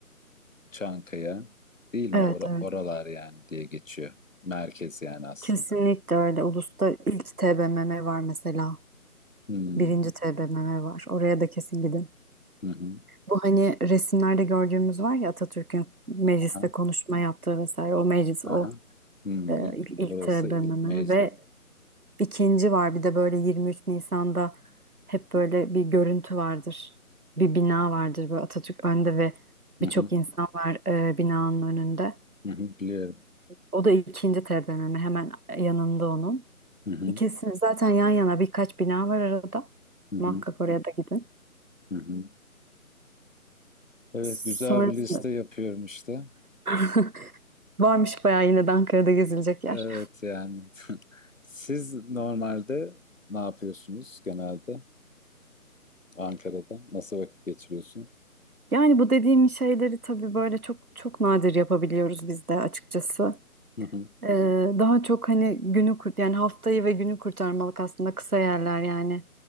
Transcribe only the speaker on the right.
Evet
evet.
Kesinlikle öyle. Ulus'ta ilk TBMM var mesela.
Birinci TBMM var. Oraya da kesin gidin.
Bu hani resimlerde gördüğümüz var ya Atatürk'ün mecliste
konuşma yaptığı vesaire. O meclis
o
e,
ilk, ilk
TBMM
ve İkinci var bir de böyle 23 Nisan'da hep böyle
bir görüntü vardır. Bir bina vardır böyle Atatürk önde ve
birçok insan var e, binanın önünde.
O da ikinci TBMM hemen yanında onun.
İkisini zaten yan yana birkaç bina var arada.
Muhakkak oraya da gidin.
Sonrasında
<laughs> varmış bayağı yine de Ankara'da gezilecek yer.
Yani bu dediğim şeyleri tabii böyle çok çok nadir yapabiliyoruz biz de açıkçası.
Ee, daha çok hani günü kurt yani haftayı ve günü kurtarmalık aslında kısa yerler yani